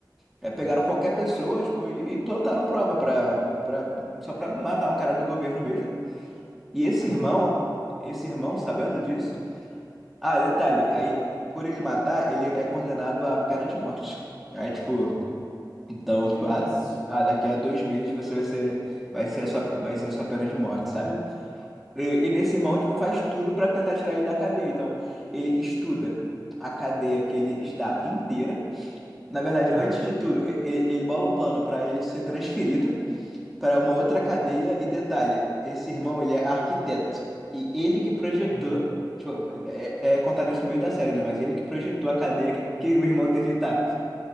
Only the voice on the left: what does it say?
Aham.
Que isso,
velho.
Uhum.
Aham.